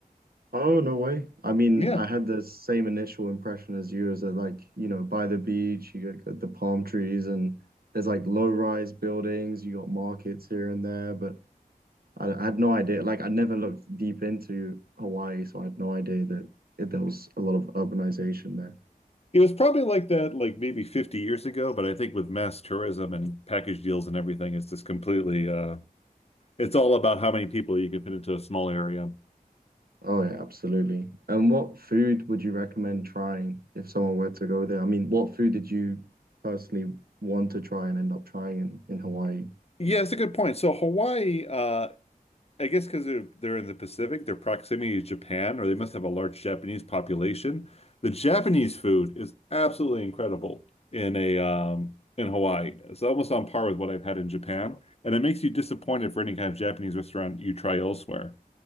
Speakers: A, on the right; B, on the left.
A: Oh, no way. I mean,
B: Yeah.
A: I had the same initial impression as you, is that like, you know, by the beach, you got got the palm trees and there's like low-rise buildings, you got markets here and there, but I, I had no idea. Like I never looked deep into Hawaii, so I had no idea that it, there was a lot of urbanization there.
B: It was probably like that like maybe 50 years ago, but I think with mass tourism and package deals and everything, it's just completely uh it's all about how many people you can fit into a small area.
A: Oh yeah, absolutely. And what food would you recommend trying if someone were to go there? I mean, what food did you personally want to try and end up trying in, in Hawaii?
B: Yeah, it's a good point. So Hawaii, uh, I guess because they're they're in the Pacific, their proximity to Japan, or they must have a large Japanese population. The Japanese food is absolutely incredible in a um in Hawaii. It's almost on par with what I've had in Japan, and it makes you disappointed for any kind of Japanese restaurant you try elsewhere.